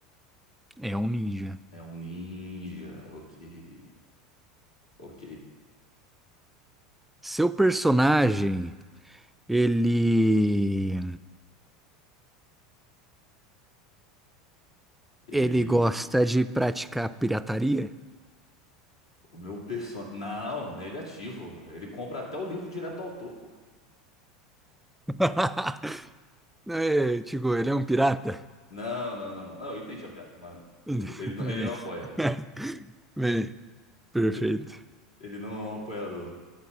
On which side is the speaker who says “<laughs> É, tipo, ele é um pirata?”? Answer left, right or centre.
Centre